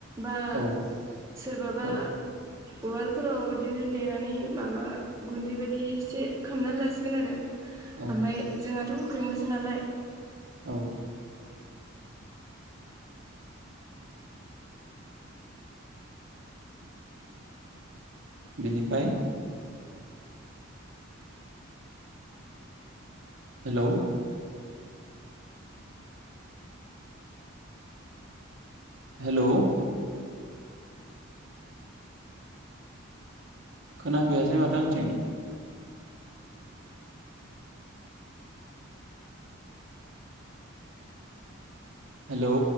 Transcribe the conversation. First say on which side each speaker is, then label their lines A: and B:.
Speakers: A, on the right; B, on the right.
A: बा
B: औ
A: सोरबाबा
B: औ
A: उवाल फोराव इदिनो देनानै माबा गुन्दै बायदि एसे खामनानै लासिगोन आरो।
B: औ
A: ओमफाय जोंहाथ' हुख्रेमोसो नालाय
B: औ बिनिफाय हेलौ हेलौ खोनाफैयासै माथो आंथिं। हेलौ